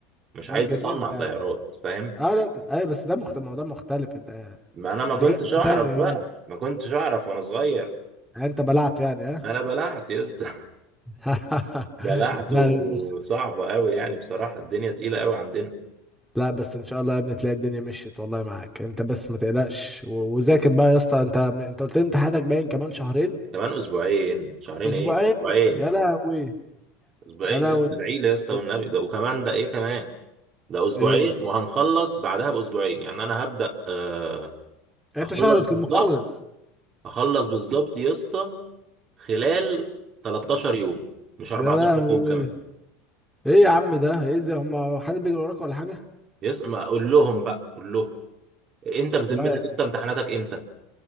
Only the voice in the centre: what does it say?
ده
اتجننت
يعني
اه لا ده- ايوه بس ده مختلف موضوع مختلف انت
انت
كده كنت
تاني
اه
يعني انت بلعت يعني اه
<laughs>
لا
لا بس
لا بس ان شاء الله يا ابني تلاقي الدنيا مشيت والله معاك انت بس ما تقلقش و- وذاكر بقى يا اسطى انت انت قلت لي امتحاناتك باين كمان شهرين
اسبوعين
يا لهوي
يا لهوي
ايه
إيه؟
انت
شهر تكون
مخلص
يا لهوي
ايه يا عم ده ايه ده هم حد بيجري وراك ولا حاجه
لا